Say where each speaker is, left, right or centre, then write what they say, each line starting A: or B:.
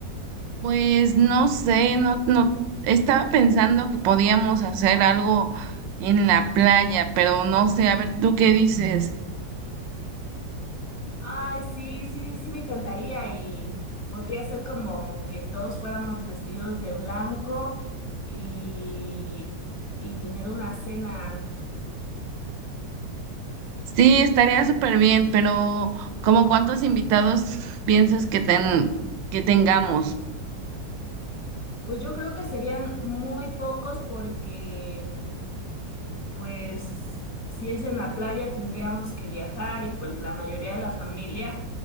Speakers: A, on the right; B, on the left.
A: Pues no sé, no, no, estaba pensando que podíamos hacer algo en la playa, pero no sé, a ver, ¿tú qué dices?
B: Ay, sí, sí, sí me encantaría y podría ser como que todos fuéramos vestidos de blanco y, y tener una cena.
A: Sí, estaría súper bien, pero ¿como cuántos invitados piensas que ten, que tengamos?
B: Pues yo creo que serían muy pocos porque pues si es en la playa tendríamos que viajar y pues la mayoría de la familia